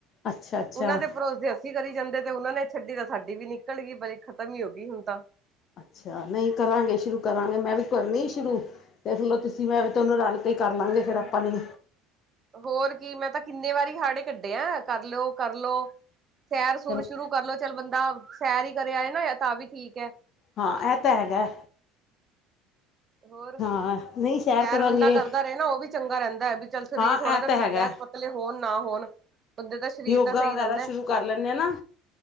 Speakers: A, on the left; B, on the right.
A: ਅੱਛਾ-ਅੱਛਾ ਅੱਛਾ
B: ਉਹਨਾਂ ਦੇ ਭਰੋਸੇ ਅਸੀ ਕਰੀ ਜਾਂਦੇ ਤੇ, ਉਹਨਾਂ ਨੇ ਛੱਡੀ ਤਾਂ, ਸਾਡੀ ਵੀ ਨੀ। ਨਿਕਲ ਗਈ ਬੜੀ ਖ਼ਤਮ ਹੀ ਹੋਗੀ ਹੁਣ ਤਾ।
A: ਅੱਛਾ, ਨਹੀਂ ਕਰਾਂਗੇ ਸ਼ੁਰੂ ਕਰਾਂਗੇ ''ਮੈਂ ਵੀ ਕਰਨੀ ਸ਼ੁਰੂ ਦੇਖਲੋ, ਤੁਸੀਂ ਮੈਂ ਵੀ ਤੁਹਾਨੂੰ ਰਲਕੇ ਕਰ ਲਾਂਗੇ ਫੇਰ ਆਪਾਂ ਨੇ।
B: ਹੋਰ ਕੀ, 'ਮੈਂ ਤਾਂ ਕਿੰਨੇ ਵਾਰੀ ਹਾੜੇ ਕੱਢੇਆ ਕਰਲੋ-ਕਰਲਓ। ਸੈਰ-ਸੁਰ
A: ਚਲੋ
B: ਸ਼ੁਰੂ ਕਰਲੋ, ਚੱਲ ਬੰਦਾ ਸੈਰ ਹੀ ਕਰ ਆਏ ਨਾ, ਤਾ, ਵੀ ਠੀਕ ਹੈ।
A: ਹਾਂ। ਐ, ਤਾ ਹੈਗਾ।
B: ਹੋਰ
A: ਹਾਂ। ਨਹੀਂ
B: ਸੈਰ
A: ਕਰਾਂਗੇ
B: ਬੰਦਾ ਕਰਦਾ ਰਹੇ ਨਾ, ਉਹ ਵੀ ਚੰਗਾ ਰਹਿੰਦਾ ਐ, ਵੀ, ਚੱਲ ਸਰੀਰ
A: ਹਾਂ
B: ਥੋੜ੍ਹਾ
A: ਇਹ
B: ਜਿਹਾ
A: ਤਾਂ
B: ਫਿੱਟ
A: ਹੈਗਾ
B: ਹੈ, ਪਤਲੇ ਹੋਣ ਨਾ ਹੋਣ ਬੰਦੇ ਦਾ ਸਰੀਰ
A: ਯੋਗਾ
B: ਤਾਂ ਸਹੀ
A: ਵਗੈਰਾ
B: ਰਹਿੰਦਾ
A: ਸ਼ੁਰੂ ਕਰ ਲੈਂਨੇ ਆ ਨਾ।